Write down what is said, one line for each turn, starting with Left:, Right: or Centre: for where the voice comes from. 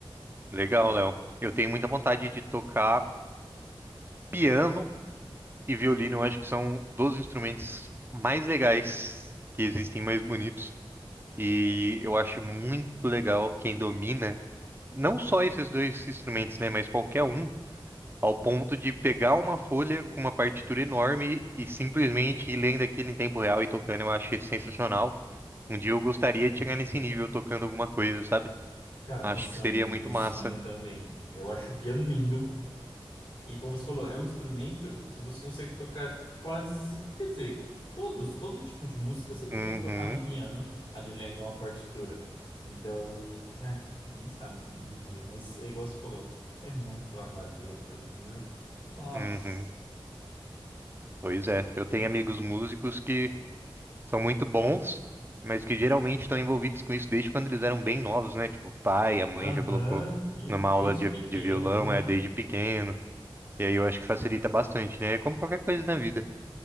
Right: Legal, Léo. Eu tenho muita vontade de tocar piano e violino. Eu acho que são dos instrumentos mais legais que existem, mais bonitos. E eu acho muito legal quem domina não só esses dois instrumentos, né, mas qualquer um, ao ponto de pegar uma folha com uma partitura enorme e simplesmente ir lendo aquilo em tempo real e tocando. Eu acho isso sensacional. Um dia eu gostaria de chegar nesse nível tocando alguma coisa, sabe?
Left: Cara,
Right: Acho
Left: meu sonho,
Right: que seria muito
Left: meu
Right: massa.
Left: sonho também. Eu acho o piano lindo, E como você falou, é um instrumento que você consegue tocar quase, quer dizer, todos, todo tipo de música você consegue
Right: Uhum,
Left: tocar num piano ali lendo uma partitura. Então, é, quem sabe um dia, mas é igual você falou, é muito trabalho pela frente, viu? Nossa.
Right: uhum. Pois é, eu tenho amigos músicos que são muito bons, mas que geralmente estão envolvidos com isso desde quando eles eram bem novos, né? Tipo, o pai, a mãe
Left: Aham,
Right: já colocou
Left: e
Right: numa
Left: desde
Right: aula de,
Left: pequeno.
Right: de violão,
Left: uhum.
Right: é desde pequeno. E aí eu acho que facilita bastante, né? É como qualquer coisa na vida.